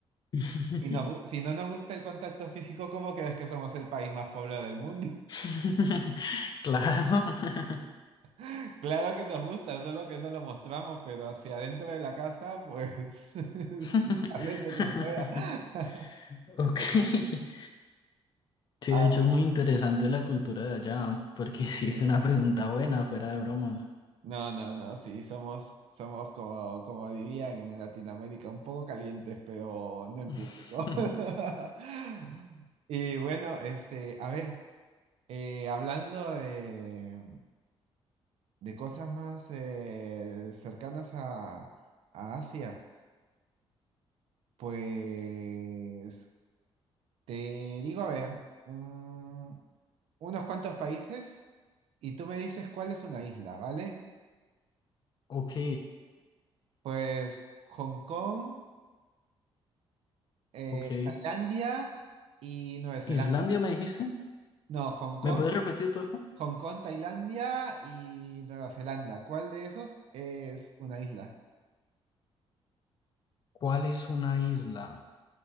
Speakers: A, on the left; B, on the right.
A: <laughs>
B: si, nos gu- si no nos gusta el contacto físico, ¿cómo crees que somos el país más poblado del mundo?
A: <laughs> Claro.
B: <laughs> Claro que nos gusta, solo que no lo mostramos, pero hacia adentro de la casa, pues, <laughs>
A: <laughs>
B: tal vez a quien pueda. <laughs>
A: Ok. Sí,
B: Ah,
A: de hecho es muy interesante la cultura de allá, porque sí
B: sí.
A: es una pregunta buena, fuera de bromas.
B: No, no, no, sí, somos, somos como, como dirían en Latinoamérica, un poco calientes, pero no en
A: <laughs>
B: público. <laughs> Y bueno, este, a ver, eh, hablando de, de cosas más eh, cercanas a, a Asia, pues te digo, a ver, un- unos cuantos países y tú me dices cuál es una isla, ¿vale?
A: Ok,
B: Pues Hong Kong. eh,
A: ok.
B: Tailandia y Nueva Zelanda.
A: ¿Islandia me dijiste?
B: No, Hong Kong,
A: ¿Me puedes repetir, por favor?
B: Hong Kong, Tailandia y Nueva Zelanda. ¿Cuál de esos es una isla?
A: ¿Cuál es una isla?